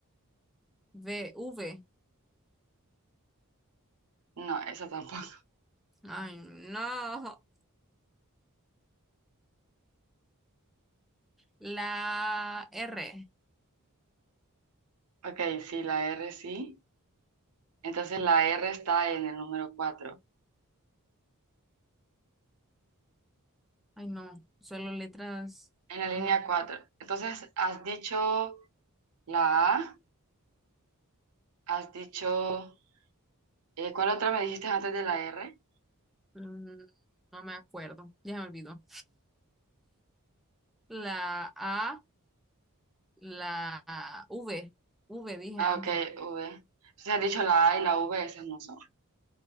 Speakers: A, in the centre; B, on the right.
A: B, V.
B: No, eso tampoco. <laughs>
A: Ay, no. La R.
B: Ok, sí, la R sí. Entonces la R está en el número cuatro,
A: Ay, no. Solo letras.
B: en la
A: No,
B: línea cuatro. Entonces has dicho la A, has dicho... Eh, ¿cuál otra me dijiste antes de la R?
A: mm, no me acuerdo. Ya me olvidó. La A. La V, V dije
B: Ah,
A: antes.
B: ok, V. Entonces has dicho la A y la V, esas no son.